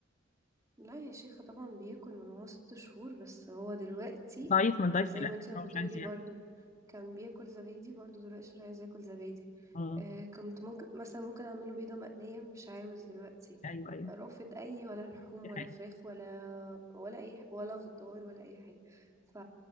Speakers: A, on the right; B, on the left.
A: لا يا شيخة طبعا بياكل من هو ست شهور بس هو دلوقتي
B: ضعيف ما ضعيف
A: يعني زي
B: في الأكل
A: ما انت ما
B: هو
A: بتقولي
B: مش عايز ياكل
A: برضو كان بياكل زبادي برضو دلوقتي مش عايز ياكل زبادي
B: مم.
A: آه كنت ممكن مثلا ممكن اعمله بيضة مقلية مش عاوز دلوقتي
B: أيوه أيوه
A: رافض اي ولا لحوم
B: دي
A: ولا فراخ ولا ولا اي ح- ولا خضار ولا اي حاجة ف